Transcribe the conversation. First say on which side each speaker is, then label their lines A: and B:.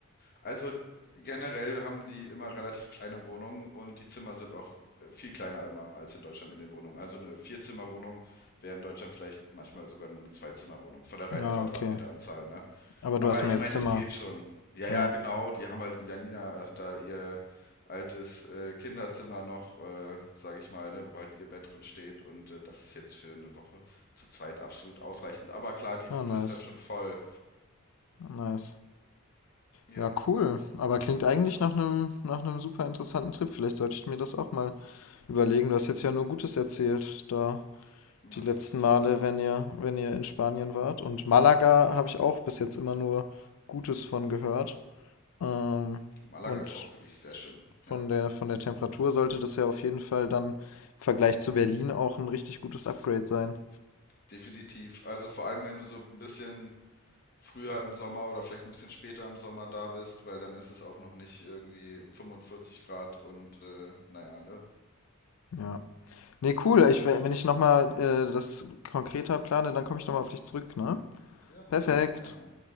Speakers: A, on the left (about 40°); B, on the left (about 75°).
A: Also generell haben die immer relativ kleine Wohnungen und die Zimmer sind auch äh, viel kleiner immer als in Deutschland in den Wohnungen. Also eine Vierzimmerwohnung wäre in Deutschland vielleicht manchmal sogar nur eine Zweizimmerwohnung von der
B: Ja,
A: reinen Quadratmeteranzahl,
B: okay.
A: ne?
B: Aber
A: Aber
B: du hast mehr
A: ich meine,
B: Zimmer.
A: das geht schon. Ja,
B: Ja.
A: ja, genau. Die haben halt mit Janina da ihr altes äh, Kinderzimmer noch, äh, sage ich mal, ne, wo halt ihr Bett drin steht. Und äh, das ist jetzt für eine Woche zu zweit absolut ausreichend. Aber klar, die
B: Ah,
A: Bude
B: nice.
A: ist dann schon voll.
B: Nice.
A: Ja,
B: Ja, cool. Aber klingt eigentlich nach einem nach einem super interessanten Trip. Vielleicht sollte ich mir das auch mal überlegen. Du hast jetzt ja nur Gutes erzählt da
A: Madrid
B: die letzten
A: ist toll.
B: Male, wenn ihr wenn ihr in Spanien wart. Und Malaga habe ich auch bis jetzt immer nur Gutes von gehört. Ähm,
A: Malaga
B: und
A: ist auch wirklich sehr schön.
B: von
A: Ja,
B: der von der Temperatur sollte das ja auf jeden Fall dann im Vergleich zu Berlin auch ein richtig gutes Upgrade sein.
A: definitiv. Also vor allem, wenn du so ein bisschen früher im Sommer oder vielleicht ein bisschen später im Sommer da bist, weil dann ist es auch noch nicht irgendwie 45 Grad und äh, naja, ne,
B: Ja. Ne, cool.
A: glaube
B: Ich wenn
A: ich schon ganz
B: ich noch
A: nett.
B: mal, äh, das konkreter plane, dann komme ich noch mal auf dich zurück, ne?
A: Ja, mach
B: Perfekt.
A: das doch gerne.